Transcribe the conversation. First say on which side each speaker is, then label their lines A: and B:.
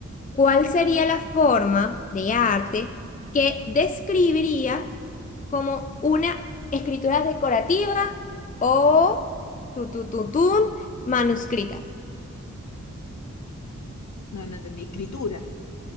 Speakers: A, on the left; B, on the left.
A: ¿Cuál sería la forma de arte que describiría como una escritura decorativa o tu, tu, tu, tun, manuscrita?
B: No, no entendí. Escritura.